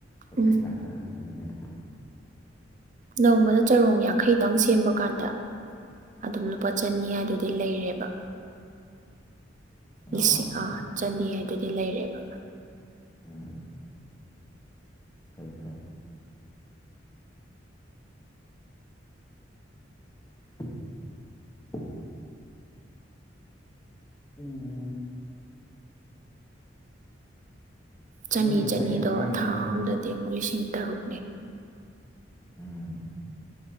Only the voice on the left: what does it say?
ꯑꯩ
ꯈꯨꯠꯁ ꯈꯔ ꯍꯩꯕꯅꯤꯅꯕ
ꯑꯣ
ꯑ ꯐꯩ ꯐꯩ <unintelligible> ꯎꯝ
ꯅꯣꯏ ꯉꯁꯥꯏꯒꯤ
ꯑꯉꯥꯡꯒꯤꯗꯣ
ꯎꯝ